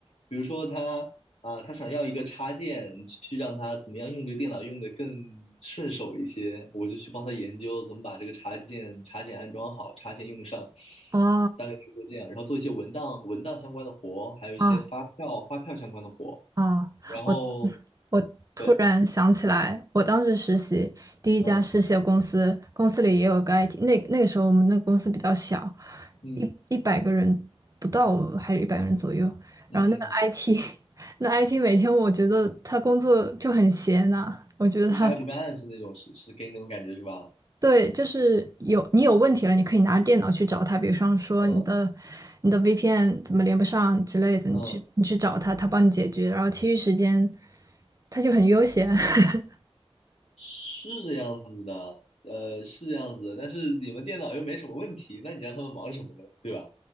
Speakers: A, on the left (about 85°); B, on the right (about 35°).
A: 比如说他啊、他想要一个插件，去让他怎么样用这个电脑用的更顺手一些，我就去帮他研究怎么把这个插件插件安装好，插件用上，
B: 哦
A: 大概是做这样，然后做一些文档文档相关的活，还有一些发票发票相关的活，
B: 哦啊，
A: 然后
B: 我我突然想起来，
A: 对，
B: 我当时实习第一家实习的公司，
A: 嗯
B: 公司里也有个 IT，那那个时候我们那个公司比较小，
A: 嗯
B: 一一百个人不到，还是一百个人左右。
A: 嗯嗯，
B: 然后那个 IT，<laughs> 那 IT 每天我觉得他工作就很闲呐、我觉得他
A: 就啥也不干是那种，是是给你那种感觉是吧？
B: 对，就是有你有问题了，你可以拿电脑去找他，比如说说你的
A: 嗯
B: 你的 VPN 怎么连不上之类的，你去你去找他，
A: 嗯。
B: 他帮你解决，然后其余时间他就很悠闲。<laughs>
A: 是这样子的，呃，是这样子的但是你们电脑又没什么问题，那你让他们忙什么呢？对吧？